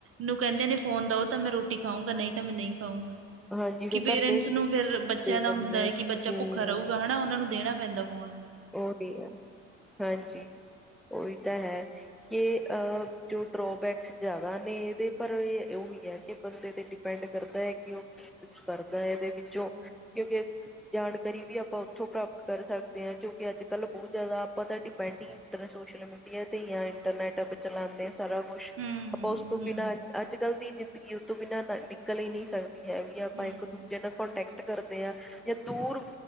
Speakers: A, on the right; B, in the centre.
A: ਨੂੰ ਕਹਿੰਦੇ ਨੇ ਫੋਨ ਦਓ ਤਾਂ ਮੈਂ ਰੋਟੀ ਖਾਊਂਗਾ, ਨਹੀਂ ਤਾਂ ਮੈਂ ਨਹੀਂ ਖਾਊਂਗਾ।
B: ਹਾਂਜੀ ਵੀ
A: ਕਿ ਪੇਰੈਂਟਸ
B: ਘਰ ਦੇ
A: ਨੂੰ ਫੇਰ ਬੱਚਿਆਂ
B: ਦੇ
A: ਦਾ
B: ਦਿੰਦੇ
A: ਹੁੰਦਾ ਹੈ
B: ਆ
A: ਕਿ ਬੱਚਾ
B: ਹਮ
A: ਭੁੱਖਾ ਰਹੂਗਾ ਹੈਨਾ, ਉਹਨਾਂ ਨੂੰ ਦੇਣਾ ਪੈਂਦਾ ਫੋਨ।
B: ਔ ਡੀ ਔ, ਹਾਂਜੀ
A: ਹੂੰ,
B: ਉਹੀ ਤਾਂ ਹੈ। ਏ ਆ, ਜੋ ਡ੍ਰੋਬੈਕਸ ਜ਼ਿਆਦਾ ਨੇ ਇਹਦੇ ਪਰ ਇਹ ਉਹੀ ਹੈ, ਕਿ ਬੰਦੇ ਤੇ ਡਿਪੈਂਡ ਕਰਦਾ ਹੈ, ਕਿ ਉਹ ਕੀ ਸਰਦਾ ਹੈ ਦੇ ਵਿੱਚੋਂ,
A: ਹੂੰ,
B: ਕਿਉਂਕਿ ਜਾਣਕਾਰੀ ਵੀ ਆਪਾਂ ਉੱਥੋਂ ਪ੍ਰਾਪਤ ਕਰ ਸਕਦੇ ਹਾਂ, ਜੋ ਅੱਜ ਕੱਲ੍ਹ ਬਹੁਤ ਜ਼ਿਆਦਾ, ਆਪਾਂ ਤਾਂ ਡਿਪੈਂਡ ਹੀ ਇੰਟਰ ਸੋਸ਼ਲ ਮੀਡੀਆ ਤੇ ਜਾਂ ਇੰਟਰਨੈਟ ਚਲਾਉਂਦੇ ਆ ਸਾਰਾ ਕੁੱਛ,
A: ਹੂੰ,
B: ਆਪਾਂ ਉਸ ਤੋਂ ਬਿਨਾਂ ਅੱਜ ਕੱਲ ਦੀ ਜਿੰ ਵੀ ਉਹ ਤੋਂ ਬਿਨਾਂ ਨਿਕਲ ਹੀ ਨਹੀਂ ਸਕਦੀ, ਹੈ ਵੀ ਆਪਾਂ
A: ਹੂੰ,
B: ਇੱਕ ਦੂਜੇ ਨਾਲ ਕੋਂਟੈਕਟ ਕਰਦੇ ਆ, ਜਾਂ ਦੂਰ